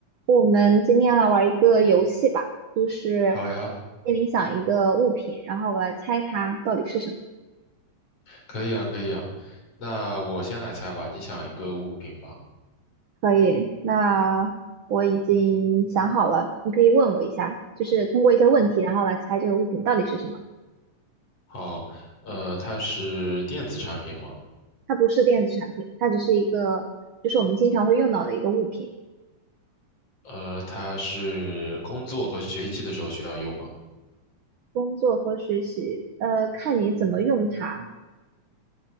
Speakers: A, on the right; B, on the left.
A: 我们今天来玩一个游戏吧，就是
B: 好呀，
A: 心里想一个物品，然后我来猜它到底是什么。
B: 可以啊，可以啊。那我先来猜吧，你想一个物品吧。
A: 可以，那我已经想好了，你可以问我一下，就是通过一些问题，然后来猜这个物品到底是什么。
B: 好，呃，它是电子产品吗？
A: 它不是电子产品，它只是一个，就是我们经常会用到的一个物品。
B: 呃，它是工作和学习的时候需要用吗？
A: 工作和学习，呃，看你怎么用它。